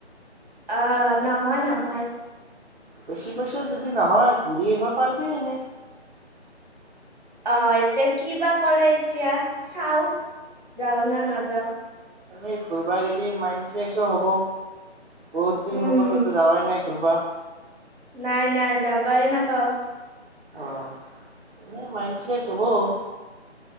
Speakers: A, on the right (about 35°); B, on the right (about 50°).
A: অ' নহয়, নহয়।
B: বেছি পইচা যদি নহয় ঘূৰি আহিব পাৰিবি এনেই।
A: অ, এতিয়া কি বা কৰে এতিয়া চাওঁ। যাও না নাযাওঁ।
B: এ ঘূুৰবা যদি মাইণ্ড ফ্ৰেছো হ'ব, বহুত দিন
A: উম
B: হ'ল ক'তো যাৱাই নাই ঘুৰবা।
A: নাই নাই, যাবাই নাপাওঁ।।
B: আহ, এনে মাইন ফ্ৰেছ হব।